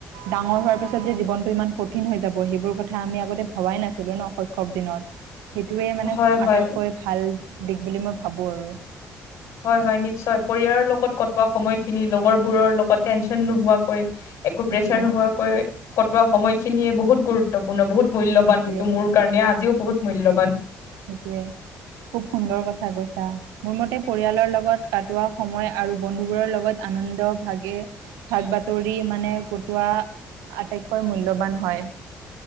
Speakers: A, on the right; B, on the left.
A: ডাঙৰ হোৱাৰ পিছত যে জীৱনটো ইমান কঠিন হৈ যাব সেইবোৰ কথা আমি আগতে ভবাই নাছিলো ন' শৈশৱ দিনত। সেইটোৱে মানে
B: হয় হয়
A: আটাইতকৈ ভাল দিশ বুলি মই ভাবোঁ আৰু।
B: হয় হয় নিশ্চয়, পৰিয়ালৰ লগত কটোৱা সময়খিনি, লগৰবোৰৰ লগত টেনশন নোহোৱাকৈ একো
A: সেইটোৱে
B: প্ৰেছাৰ নোহোৱাকৈ কটোৱা সময়খিনিয়ে বহুত গুৰুত্ব গুত্বপূৰ্ণ বহুত মূল্যবান
A: সেইটোৱে
B: সেইটো মোৰ কাৰণে আজিও বহুত মূল্যবান।
A: সেইটোৱে, খুব সুন্দৰ কথা কৈছা। মোৰ মতে পৰিয়ালৰ লগত কটোৱা সময় আৰু বন্ধুবোৰৰ লগত আনন্দ ভাগে ভাগ বাতৰি মানে কটোৱা আটাইতকৈ মূল্যবান হয়।